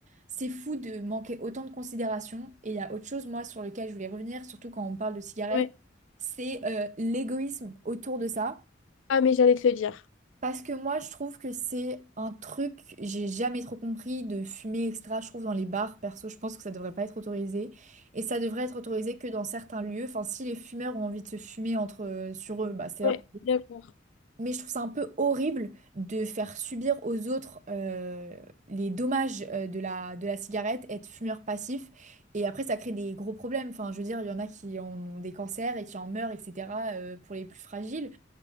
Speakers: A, on the right (about 40°); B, on the left (about 85°).
A: c'est fou de manquer autant de considération. Et il y a autre chose, moi, sur lequel je voulais revenir, surtout quand on parle de cigarettes,
B: Ouais,
A: c'est euh, l'égoïsme autour de ça.
B: Ah, mais j'allais te le dire.
A: Parce que moi, je trouve que c'est un truc, j'ai jamais trop compris de fumer extra, je trouve, dans les bars. Perso, je pense que ça devrait pas être autorisé. Et ça devrait être autorisé que dans certains lieux. Enfin, si les fumeurs ont envie de se fumer entre, euh, sur eux, bah, c'est
B: ouais,
A: leur
B: d'accord.
A: mais je trouve ça un peu horrible de faire subir aux autres euh, les dommages euh, de la, de la cigarette, être fumeur passif, et après ça crée des gros problèmes. Enfin, je veux dire, il y en a qui ont des cancers et qui en meurent, etc., euh, pour les plus fragiles.